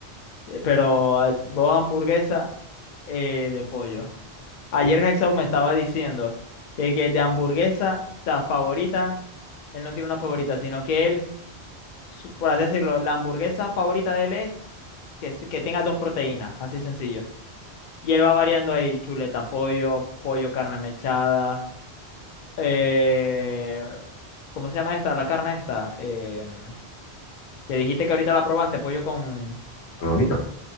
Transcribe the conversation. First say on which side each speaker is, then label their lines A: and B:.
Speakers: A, on the left; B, on the left.
A: Eh, Pero ah, vos hamburguesa eh, de pollo. Ayer
B: sí.
A: Hexau me estaba diciendo de que de hamburguesa, o sea, favorita, él no tiene una favorita, sino que él, su- por así decirlo, la hamburguesa favorita de él es que, se- que tenga dos proteínas, así sencillo. Y él va variando ahí, chuleta, pollo, pollo, carne mechada, eh, ¿cómo se llama esta? La carne esta, em, que dijiste que ahorita la probaste, pollo con,
B: Con lo mito.